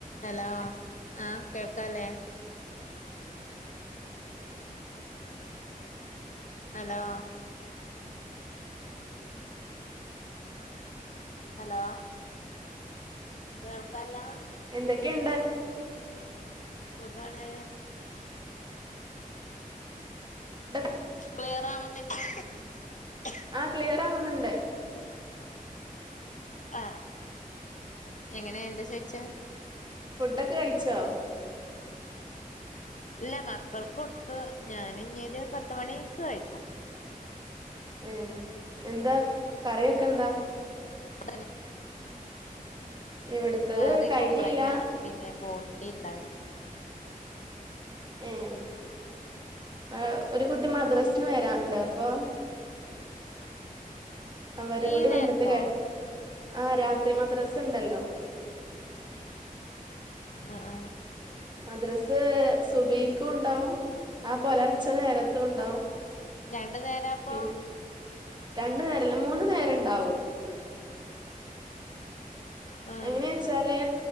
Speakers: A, on the left (about 55°); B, on the right (about 30°).
A: ഹലോ ആഹ് കേൾക്കാല്ലേ ഹലോ ഹലോ കേൾക്കാല്ല
B: എന്തൊക്കെണ്ട്
A: സുഖാണ്
B: <inaudible>
A: ക്രിയറാവുന്നില്ല <inaudible>
B: ആ ക്ലിയർ ആകുന്നുണ്ട്.
A: ആ എങ്ങനെ എന്താ ചോയിച്ചേ?
B: ഫുഡൊക്കെ കഴിച്ചോ?
A: ഇല്ല മക്കൾക്ക് കൊടുത്ത് ഞാൻ ഇഞ്ഞൊരു പത്ത് മണിക്ക് കഴിക്കും.
B: ഏഹ് എന്താ കറിയൊക്കെ എന്താ?
A: <unintelligible>
B: ഇവിടുത്തത്
A: കറി
B: കഴിഞ്ഞില്ല
A: കുമ്പളങ്ങ പിന്നെ ബോട്ടി ഇണ്ടാ
B: ഏഹ് ആ ഒരു കുട്ടി മദ്രസിന്ന് വരാനിണ്ട് അപ്പൊ അവരും
A: ഈ
B: കൂടി
A: നേരത്തോ
B: വന്നിട്ട ക ആഹ് രാത്രി മദ്രസ ഇണ്ടല്ലോ
A: ആ ആ
B: മദ്രസ് സുബയ്ക്കും ഉണ്ടാവും ആ പുലർച്ച നേരത്തും ഉണ്ടാവും.
A: രണ്ട് നേരപ്പോ
B: പി രണ്ടു നേരല്ല മൂന്നു നേരം ഉണ്ടാവും.
A: ആഹ്
B: എങ്ങനെ വെച്ചാല്